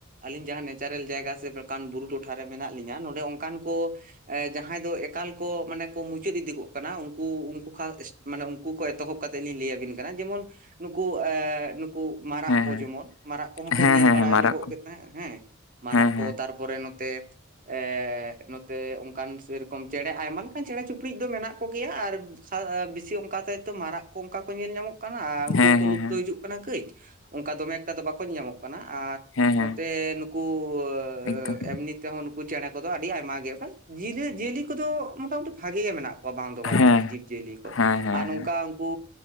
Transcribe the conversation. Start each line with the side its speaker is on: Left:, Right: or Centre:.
Right: ᱟᱞᱤᱧ ᱡᱟᱦᱟᱸ ᱱᱮᱪᱟᱨᱮᱞ ᱡᱟᱭᱜᱟ ᱥᱮᱟᱱ ᱵᱩᱨᱩ ᱴᱚ ᱴᱷᱟ ᱨᱮ ᱢᱮᱱᱟᱜ ᱞᱤᱧᱟᱹ, ᱱᱚᱰᱮ ᱚᱱᱠᱟᱱ ᱠᱚ ᱮᱸ ᱡᱟᱦᱟᱸᱭ ᱫᱚ ᱮᱠᱟᱞ ᱠᱚ ᱢᱟᱱᱮ ᱠᱚ ᱢᱩᱪᱟᱹᱫ ᱤᱫᱤ ᱠᱚᱜ ᱠᱟᱱᱟ, ᱩᱝᱠᱩ ᱩᱝᱠᱩ ᱢᱟᱱᱮ ᱩᱱᱠᱩ ᱠᱚ ᱮᱛᱚᱦᱚᱵ ᱠᱟᱛᱮᱜ ᱞᱤᱧ ᱞᱟᱹᱭᱟᱵᱤᱱ ᱠᱟᱱᱟ ᱡᱮᱢᱚᱱ ᱱᱩᱠᱩ ᱮᱻ ᱱᱩ ᱠᱩ ᱢᱟᱨᱟᱜ
Left: ᱦᱮᱸ
Right: ᱠᱚ ᱡᱮᱢᱚᱱ ᱢᱟᱨᱟᱜ ᱠᱚᱦᱚᱸ ᱠᱚ
Left: ᱦᱮᱸ
Right: ᱧᱮᱞ
Left: ᱦᱮᱸ
Right: ᱵᱟᱲᱟ
Left: ᱦᱮᱸ ᱢᱟᱨᱟᱜ
Right: ᱧᱚᱜᱚᱜ
Left: ᱠᱚ
Right: ᱜᱮ ᱛᱟᱦᱮᱸᱜ ᱦᱮᱸ, ᱢᱟᱨᱟᱜ
Left: ᱦᱮᱸ
Right: ᱠᱚ
Left: ᱦᱮᱸ
Right: ᱛᱟᱨ ᱯᱚᱨᱮ ᱱᱚᱛᱮ ᱮ ᱱᱚᱛᱮ ᱚᱱᱠᱟᱱ ᱥᱮᱨᱚᱠᱚᱢ ᱪᱮᱬᱮ ᱟᱭᱢᱟ ᱞᱮᱠᱟᱱ ᱪᱮᱬᱮ ᱪᱤᱯᱲᱩᱫ ᱫᱚ ᱢᱮᱱᱟᱜ ᱠᱚᱜᱮᱭᱟ, ᱟᱨ ᱠᱟ ᱵᱤᱥᱤ ᱚᱝᱠᱟ ᱛᱚ ᱢᱟᱨᱟᱜ ᱠᱚ ᱚᱝᱠᱟ ᱠᱚ ᱧᱮᱞ ᱧᱟᱢᱚᱜ ᱠᱟᱱᱟ ᱟᱨ ᱩᱝᱠᱩ
Left: ᱦᱮᱸ
Right: ᱦᱚᱸᱠᱚ
Left: ᱦᱮᱸ
Right: ᱞᱩᱯᱛᱚ
Left: ᱦᱮᱸ
Right: ᱦᱤᱡᱩᱜ ᱠᱟᱱᱟ ᱠᱟᱹᱡ ᱚᱱᱠᱟ ᱫᱚᱢᱮ ᱮᱠᱴᱟ ᱫᱚ ᱵᱟᱠᱚ ᱧᱟᱢᱚᱜ ᱠᱟᱱᱟ, ᱟᱨ
Left: ᱦᱮᱸ
Right: ᱱᱚᱛᱮ
Left: ᱦᱮᱸ
Right: ᱱᱩᱠᱩ ᱟᱹ
Left: ᱮᱠᱫᱚᱢ
Right: ᱮᱢᱱᱤ ᱛᱮᱦᱚᱸ ᱱᱩᱠᱩ ᱪᱮᱬᱮ ᱠᱚᱫᱚ ᱟᱹᱰᱤ ᱟᱭᱢᱟ ᱜᱮ ᱡᱤᱭᱟᱹᱞᱤ ᱡᱤᱭᱟᱹᱞᱤ ᱠᱚᱫᱚ ᱢᱚᱴᱟᱢᱩᱴᱤ ᱵᱷᱟᱜᱮ ᱜᱮ ᱢᱮᱱᱟᱜ ᱠᱚᱣᱟ ᱵᱟᱝ ᱫᱚ ᱵᱟᱝ
Left: ᱦᱮᱸ
Right: ᱟᱨᱠᱤ ᱡᱤᱵᱽ ᱡᱤᱭᱟᱹᱞᱤ ᱠᱚ
Left: ᱦᱮᱸ ᱦᱮᱸ
Right: ᱟᱨ ᱱᱚᱝᱠᱟ
Left: ᱦᱮᱸ
Right: ᱩᱝᱠᱩ